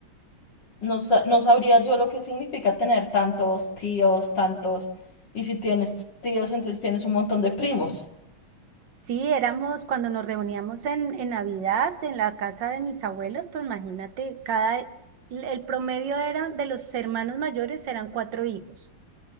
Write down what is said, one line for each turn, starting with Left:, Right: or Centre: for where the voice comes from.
Left: No, sa- no sabría yo lo que significa tener tantos tíos, tantos... Y si tienes tíos, entonces tienes un montón de primos.
Right: Sí, éramos cuando nos reuníamos en, en Navidad en la casa de mis abuelos, pues imagínate, cada, el promedio era de los hermanos mayores eran cuatro hijos.